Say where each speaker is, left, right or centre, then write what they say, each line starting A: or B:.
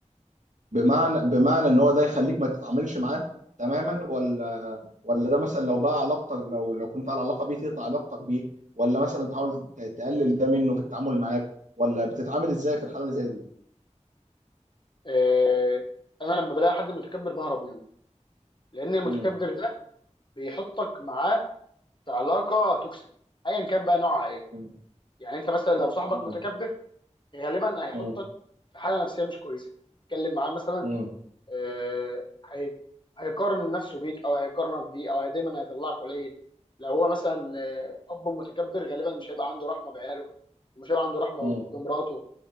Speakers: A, on the right; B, on the left.
A: بمعنى بمعنى ان هو ده يخليك ما تتعاملش معاه تماما ولا ولا ده مثلا لو بقى علاقتك لو لو كنت على علاقه بيه تقطع علاقتك بيه ولا مثلا تحاول ت- تقلل ده منه في التعامل معاك ولا بتتعامل ازاي في الحاله اللي زي دي؟
B: آه، انا لما بلاقي حد متكبر بهرب منه لان المتكبر
A: مم.
B: ده بيحطك معاه في علاقه توكسيك ايا كان بقى نوعها ايه
A: مم.
B: يعني انت مثلا لو صاحبك
A: مم.
B: متكبر غالبا هيحطك
A: مم.
B: في حاله نفسيه مش كويسه اتكلم معاه مثلا
A: مم.
B: آه، هي- هيقارن نفسه بيك او هيقارنك بيه او هي دايما هيطلعك قليل لو هو مثلا آه، اب متكبر غالبا مش هيبقى عنده رحمه بعياله ومش هيبقى عنده رحمه
A: مم.
B: بمراته